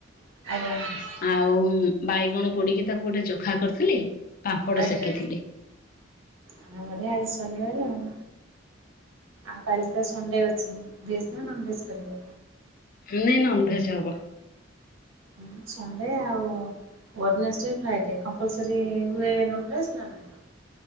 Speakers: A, on the right; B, on the left.
A: <unintelligible>
B: ଆଉ ବାଇଗଣ ପୋଡିକି ତାକୁ ଗୋଟେ ଚୋଖା କରିଥିଲି ପାମ୍ପଡ଼
A: ଆଜ୍ଞା।
B: ସେକିଥିଲି
A: ଆମରି ବି ଆଜି ଶନିବାର ଆଉ, ଆଉ କାଲି ତ ସଣ୍ଡେ୍ ଅଛି। ଭେଜ୍ ନା ନନ୍ ଭେଜ୍ କରିବ?
B: ନାଇଁ ନନ୍ ଭେଜ୍ ହବ।
A: ହୁଁ, ସଣ୍ଡେ୍ ଆଉ ଓଡ଼ନେସ୍ ଡେ, ଫ୍ରାଇଡେ, କମ୍ପଲସରି ହୁଏ ନନ୍ ଭେଜ୍ ନା ନାହିଁ?